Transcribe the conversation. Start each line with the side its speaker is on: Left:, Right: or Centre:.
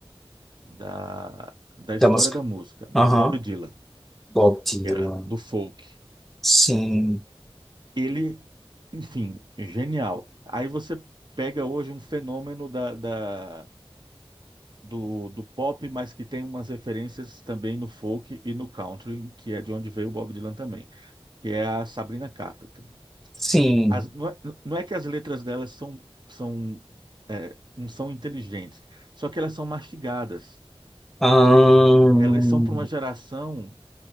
Right: da, da história
Centre: Tá, mas
Right: da música,
Centre: Aham.
Right: Bob Dylan,
Centre: Bob Dylan.
Right: que era do folk.
Centre: Sim,
Right: Ele, enfim, genial. Aí você pega hoje um fenômeno da da do, do pop, mas que tem umas referências também no folk e no country, que é de onde veio o Bob Dylan também, que é a Sabrina Carpenter.
Centre: sim.
Right: As- não é, não é que as letras delas são, são, é, não são inteligentes, só que elas são mastigadas.
Centre: Ahn.
Right: Elas são para uma geração